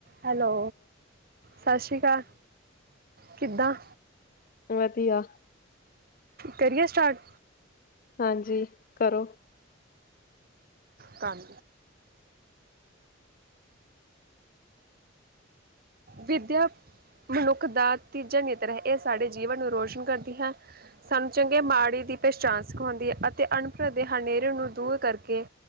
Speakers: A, on the right; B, on the left.
A: ਹੈਲੋ ਸਤਿ ਸ਼੍ਰੀ ਅਕਾਲ, ਕਿੱਦਾਂ?
B: ਵਧੀਆ,
A: ਕਰੀਏ ਸਟਾਰਟ
B: ਹਾਂਜੀ ਕਰੋ,
A: ਕੰਮ, ਵਿੱਦਿਆ ਮਨੁੱਖ ਦਾ ਤੀਜਾ ਨੇਤਰ ਹੈ, ਇਹ ਸਾਡੇ ਜੀਵਨ ਨੂੰ ਰੋਸ਼ਨ ਕਰਦੀ ਹੈ। ਸਾਨੂੰ ਚੰਗੇ ਮਾੜੇ ਦੀ ਪਹਿਚਾਣ ਸਿਖਾਉਂਦੀ ਹੈ, ਅਤੇ ਅਨਪੜ ਦੇ ਹਨੇਰੇ ਨੂੰ ਦੂਰ ਕਰਕੇ